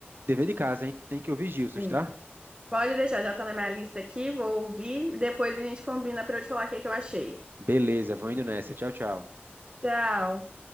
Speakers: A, on the right; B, on the right.
A: dever de casa, a gente tem que ouvir Gilsons,
B: sim.
A: tá?
B: Pode deixar, já tá na minha lista aqui, vou ouvir, depois a gente combina pra eu te falar o que que eu achei.
A: Beleza, vou indo nessa. Tchau, tchau.
B: Tchau!